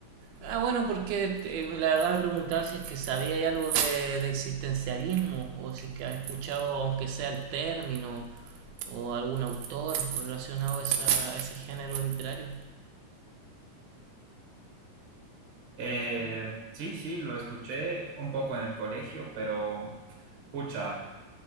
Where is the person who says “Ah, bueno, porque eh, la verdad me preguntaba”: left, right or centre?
Right